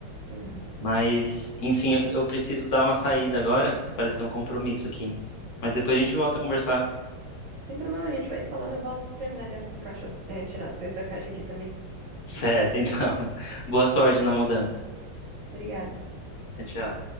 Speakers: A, on the right (about 85°); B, on the left (about 70°).
A: Uhum.
B: Mas, enfim, eu, eu preciso dar uma saída agora, que pareceu um compromisso aqui. Mas depois a gente volta a conversar.
A: Sem problema, a gente vai se falando. Eu vou terminar de encaixo- é, tirar as coisas da caixa aqui também.
B: Certo, então. <laughs> Boa sorte na mudança.
A: Obrigada.
B: Tchau.